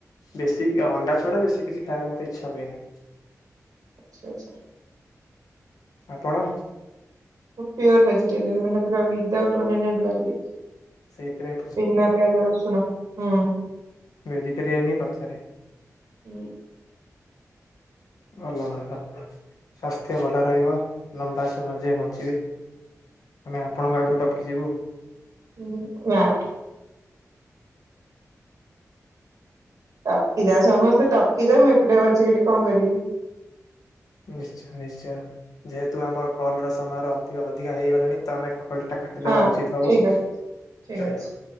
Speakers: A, on the left; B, on the right.
A: ବେଶୀ ଅଣ୍ଡା ଛଡା ବେଶୀ କିଛି ଖାଇବାକୁ ମତେ ଇଚ୍ଛା ହୁଏନି।
B: ଆଚ୍ଛା ଆଛା।
A: ଆପଣ
B: ପ୍ୟଓର ଭେଜିଟେରିୟନ ମାନେ ପୁରା ବିଦଉଟ ଓନିଅନ୍ ଆଣ୍ଡ ଗାର୍ଲିକ
A: ସେଇଥିପାଇଁ
B: ତନା ପଆଜର ସୁଣ ହଁ।
A: ଭେଜିଟେରୟାନି ବାଚାରେ
B: ହୁଁ।
A: ଭଲ ଭଲ ସ୍ୱାସ୍ଥ୍ୟ ଭଲ ରହିବ ଲମ୍ବା ସମୟ ଯାଏ ବଞ୍ଚିବେ। <inaudible> ଆମେ ଆପଣଙ୍କ ଆଗରୁ ଟ କିିିବଉ
B: ହଁ ନା। ଟପକି ଯା ସମସ୍ତେ ଟପକି ଯା ମୁଁ ଏକୁଟାଆ ବଞ୍ଚିକି ଏଠି କଣ କରିବି?
A: ନିଶ୍ଚୟ ନିଶ୍ଚୟ ଯେହେତୁ ଆମର କଲ ର ସମୟର ଅ ଅଧିକା ହେଇଗଲାଣି ତ ଆମେ କଲଟା କାଟିଦେବା
B: ହଁ
A: ଉଚିତ୍ ହେବ
B: ଠିକ ଅଛି
A: ଜୟ
B: ଠିକ ଅଛି।
A: ଜଗନ୍